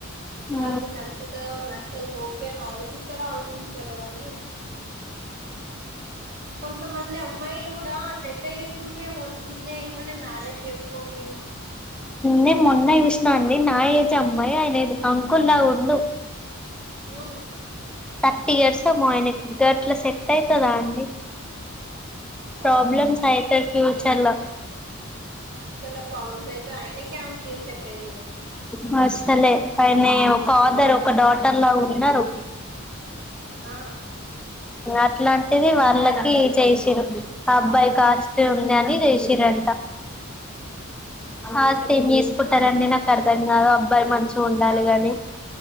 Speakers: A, on the right; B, in the centre.
A: వాళ్ళకి
B: ఆ
A: నచ్చుతదో నచ్చదొ ఓకే అని ఆలోచిస్తారో ఆలోచించారో అని కొంతమంది అమ్మాయిలు కూడా అట్ల ఎట్లా చేసుకుంటారేమో అండి చిన్న ఏజ్ లోనే మ్యారేజ్ చేసుకని
B: నేను మొన్న చూసినా అండి నా ఏజ్ అమ్మాయి ఆయన అంకుల్లా ఉండు
A: ఉ
B: థర్టీ ఇయర్స్ మో ఆయనకి గట్ల సెట్ అయితదా అండి
A: వామ్మో
B: ప్రాబ్లమ్స్ అయితే ఫ్యూచర్ ల
A: ఫ్యూచర్ లో ప్రాబ్లమ్స్ అయితే ఆయనకి ఆమెకి ఏం సెట్ అయితది అయినా
B: మస్ తలే ఆయనే ఒక ఫాదర్ ఒక డాటర్ లా ఉన్నారు
A: ఆ
B: అట్లాంటిది వాళ్ళకి చేసిరు ఆ అబ్బాయికి అస్తి
A: అయ్యో
B: ఉంది అని చేసిరంట
A: అయ్యో
B: ఆస్తి
A: అవునా
B: ఏం చేసుకుంటారండి నాక్ అర్థంకాదు అబ్బాయి మంచిగా ఉండాలి గని